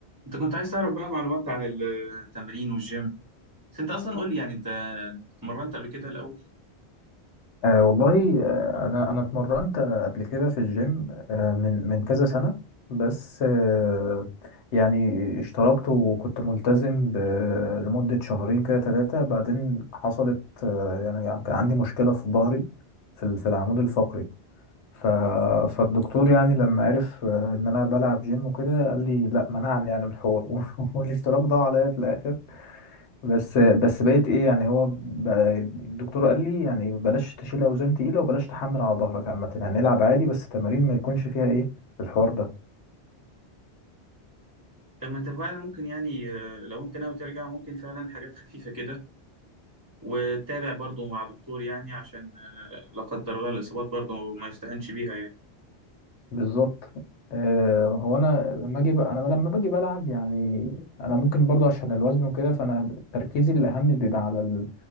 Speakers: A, on the right; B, on the left.
A: انت كنت عايز تعرف بقى معلومات عن التمرين والجيم بس انت اصلا قول لي يعني انت اتمرنت قبل كده الاول
B: أه والله آه، انا انا اتمرنت قبل كده في الجيم أه من من كذا سنة بس أه يعني اشتركت وكنت ملتزم ب- لمدة شهرين كده ثلاثة بعدين حصلت أه يعني كان عندي مشكلة في ظهري في ال- في العمود الفقري ف فالدكتور يعني لما عرف آه، ان انا بلعب جيم وكده قال لي لا منعني يعني من الحوار <laughs> والاشتراك ضاع عليا في الاخر بس بس بقيت ايه يعني هو ب- الدكتور قال لي يعني بلاش تشيل اوزان تقيله وبلاش تحمل على ظهرك عامه هنلعب عادي بس تمارين ما يكونش فيها ايه الحوار ده
A: طب ما انت فعلا ممكن يعني آه، لو انت ناوي ترجع ممكن فعلا حاجات خفيفه كده وتتابع برضو مع دكتور يعني عشان آه، لا قدر الله الاصابات برضو ما يستهنش بيها يعني
B: بالظبط آه هو انا لما اجي ب- انا لما باجي بلعب يعني انا ممكن برضه عشان الوزن وكده فانا تركيزي الاهم بيبقى على ال...